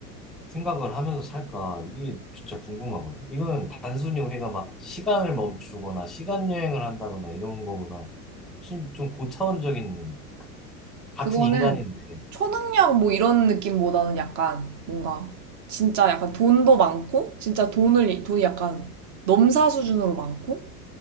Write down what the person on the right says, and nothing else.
그거는
초능력 뭐 이런 느낌보다는 약간 뭔가 진짜 약간 돈도 많고 진짜 돈을 돈이 약간 넘사 수준으로 많고